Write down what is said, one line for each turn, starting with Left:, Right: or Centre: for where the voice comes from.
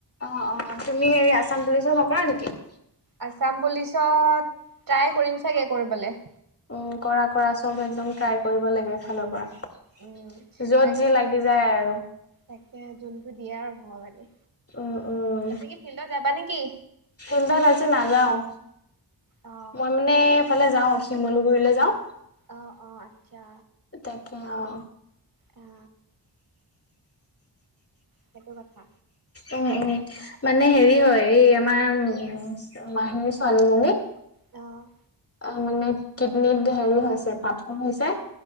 Left: অঁ অঁ তুমি হেৰি আসাম পুলিচৰ নকৰা নেকি?
Right: আছাম পুলিচত ট্ৰাই কৰিম চাগে কৰিবলে।
Left: উমঁ কৰা কৰা চব একদম ট্ৰাই কৰিব লাগে এফালৰ পৰা।
Right: উম
Left: য'ত
Right: তাক
Left: যি লাগি যায় আৰু।
Right: তাকে যোনটো দিয়ে আৰু ভগৱানে,
Left: উম উম
Right: আজি কি ফিল্ডত যাবা নেকি?
Left: ফিল্ডত আজি নাযাওঁ,
Right: অ
Left: মই মানে এইফালে যাও শিমলুগুৰিলে যাওঁ।
Right: অঁ, অঁ আচ্ছা।
Left: তাকে অঁ।
Right: অ সেইটো কথা।
Left: উমঁ উমঁ মানে হেৰি হয় এই আমাৰ উমঁ মাহীৰ ছোৱালী জনী-
Right: অ'।
Left: অ', মানে কিডনিত হেৰি হৈছে পাথৰ হৈছে,